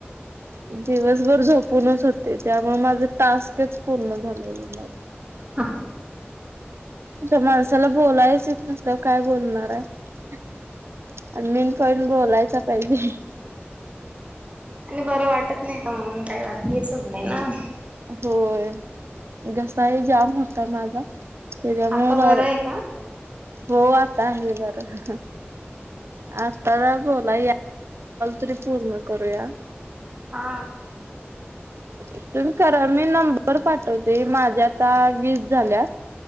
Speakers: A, on the right; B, on the right.
A: दिवसभर झोप झोपूनच होते. त्यामुळे माझं टास्कच पूर्ण झालेल नाही.
B: <unintelligible>
A: आता माणसाला बोलायच येत नसल्यावर काय बोलणार आहे. आन मिन पण बोलायच पाहिजे.
B: आणि बरं वाटत नाही त म्हणून काय हेच होत नाही ना.
A: होय घसा ही जाम होता माझा. त्याच्यामुळे
B: आता बरं आहे का
A: हो आता आहे बरा. आता बोलाय यालाय त कॉल तरी पूर्ण करूया.
B: हा
A: तुम्ही करा मी नंबर पाठवते. माझे आता वीस झाल्यात.